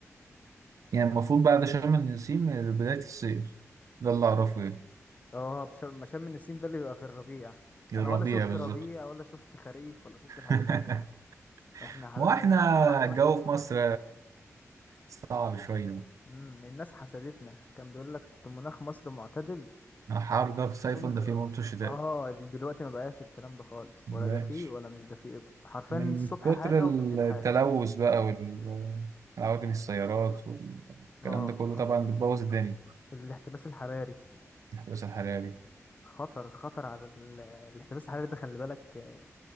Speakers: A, on the right; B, on the left.
A: يعني المفروض بعد شم النسيم بداية الصيف ده اللي اعرفه يعني
B: اه بش- ما شم النسيم ده اللي بيبقى في الربيع
A: الربيع
B: أنا ولا شفت
A: بالظبط
B: ربيع ولا شفت خريف ولا شفت الحاجات
A: <laughs>
B: دي خالص احنا ح-
A: ما هو احنا
B: هو عندنا
A: الجو
B: جميل
A: في مصر صعب شوية
B: امم الناس حسدتنا كان بيقول لك مناخ مصر معتدل
A: حر ده في صيف
B: من
A: ده
B: د...
A: في موت الشتاء
B: اه دلوقتي ما بقاش الكلام ده خالص
A: ماشي
B: ولا ده فيه ولا مش ده فيه حرفيا
A: من
B: الصبح
A: كتر
B: حاجة
A: التلوث
B: وبالليل حاجة
A: بقى والعوادم السيارات والكلام
B: اه
A: ده كله طبعا
B: اه
A: بتبوظ الدنيا
B: الاحتباس الحراري
A: الاحتباس الحراري
B: خطر خطر على ال... الاحتباس الحراري ده خلي بالك آه،